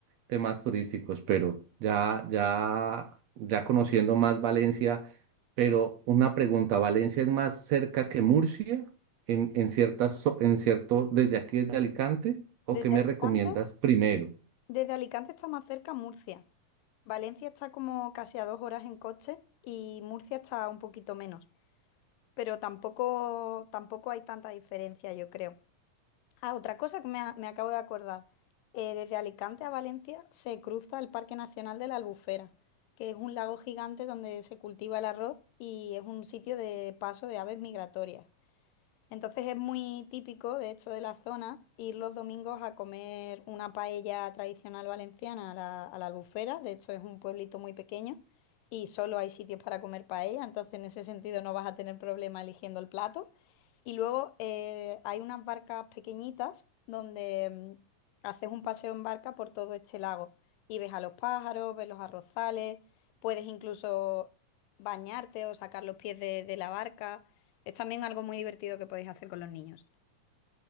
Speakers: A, on the right; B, on the left.
A: temas turísticos, pero ya, ya, ya conociendo más Valencia, pero una pregunta, ¿Valencia es más cerca que Murcia en, en ciertas, zo- en cierto, desde aquí desde Alicante? ¿O
B: Desde
A: qué me
B: el
A: recomiendas
B: instante.
A: primero?
B: Desde Alicante está más cerca Murcia. Valencia está como casi a dos horas en coche y Murcia está un poquito menos. Pero tampoco, tampoco hay tanta diferencia, yo creo. Ah, otra cosa que me, a- me acabo de acordar. Eh, desde Alicante a Valencia se cruza el Parque Nacional de la Albufera, que es un lago gigante donde se cultiva el arroz y es un sitio de paso de aves migratorias. Entonces es muy típico, de hecho, de la zona ir los domingos a comer una paella tradicional valenciana a la, a la Albufera. De hecho, es un pueblito muy pequeño y solo hay sitios para comer paella, entonces en ese sentido no vas a tener problema eligiendo el plato. Y luego eh, hay unas barcas pequeñitas donde mm, haces un paseo en barca por todo este lago y ves a los pájaros, ves los arrozales, puedes incluso bañarte o sacar los pies de de la barca. Es también algo muy divertido que podéis hacer con los niños.